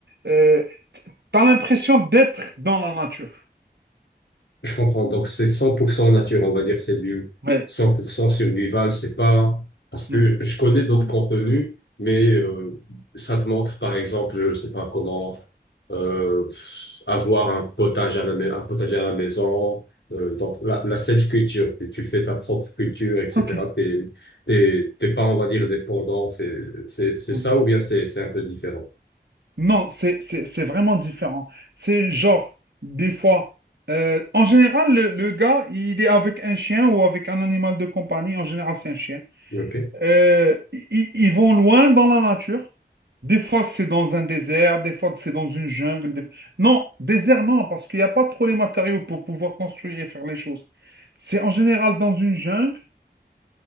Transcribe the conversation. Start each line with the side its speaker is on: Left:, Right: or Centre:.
Right: Euh, T'as l'impression d'être dans la nature.
Left: Je comprends. Donc, c'est 100% nature, on va dire. C'est du
Right: Ouais.
Left: 100% survival. C'est pas, parce que
Right: Hmm.
Left: je connais d'autres
Right: Ouais.
Left: contenus, mais euh, ça te montre, par exemple, je sais pas comment euh, avoir un potager à la, mai- un potager à la maison. euh, donc, la, la self-culture, que tu fais ta propre culture, etc.
Right: Ok.
Left: T'es, t'es, t'es pas, on va dire, dépendant. C'est, c'est, c'est
Right: Hmm.
Left: ça ou bien c'est, c'est un peu différent.
Right: Non, c'est c'est- c'est vraiment différent. C'est genre, des fois, euh, en général, le, le gars, il est avec un chien ou avec un animal de compagnie. En général, c'est un chien.
Left: OK.
Right: Euh, ils, ils vont loin dans la nature. Des fois, c'est dans un désert, des fois, c'est dans une jungle. des- Non, désert, non, parce qu'il n'y a pas trop les matériaux pour pouvoir construire et faire les choses. C'est en général dans une jungle